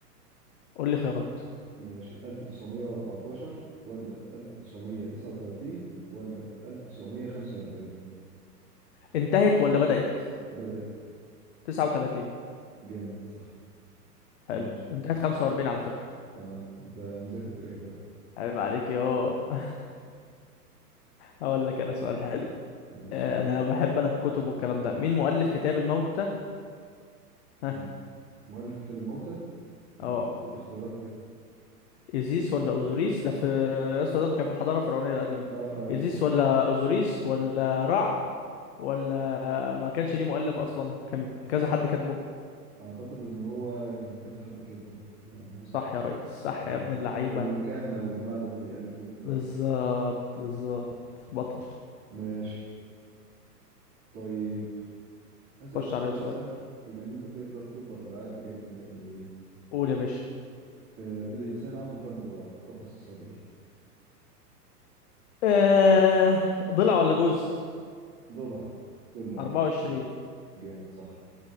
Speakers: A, on the left (about 45°); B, on the right (about 25°).
A: قول لي خيارات
B: ماشي 1914 ولا 1939 ولا 1945
A: انتهت ولا بدأت
B: بدأت
A: 39
B: جامد صح
A: حلو
B: ماشي
A: وانتهت 45 على فكرة
B: اه انت مذاكر تاريخ بقى
A: عيب عليك يا <laughs> اقول لك انا سؤال حلو
B: ماشي
A: آه، انا بحب انا الكتب والكلام ده مين مؤلف كتاب الموتى ها
B: مم. مؤلف كتاب الموتى
A: اه
B: بدي اختيارات كده
A: إيزيس ولا أوزوريس ده في يا اسطى ده كان في الحضارة الفرعونية القديمة
B: اه اه
A: إيزيس ولا أوزوريس ولا رع ولا ما كانش ليه مؤلف أصلا كان كذا حد كاتبه
B: اعتقد ان هو كان كذا حد كاتبه يعني
A: صح يا ريس صح
B: اه
A: يا ابن اللعيبة
B: كانوا الكهنة والجماعة دول بيألفوه كده
A: بالظبط
B: وحد.
A: بالظبط بطل
B: ماشي طيب هسألك
A: خش
B: سؤال
A: عليا بسؤال
B: سهل بما ان انت كده كده في طب هتبقى عارف اجابته 100%
A: قول يا باشا
B: آه الانسان عنده كم ضلع في قفص الصدري
A: آه... ضلع ولا جوز
B: ضلع كلهم
A: 24
B: جامد صح